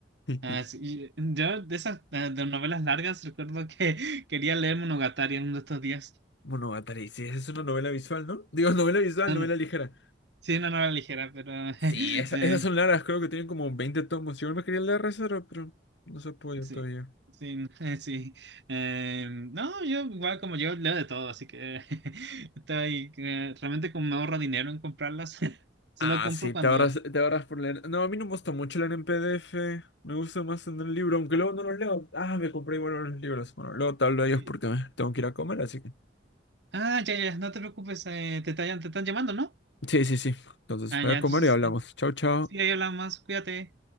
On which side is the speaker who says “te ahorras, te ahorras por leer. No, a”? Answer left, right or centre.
Left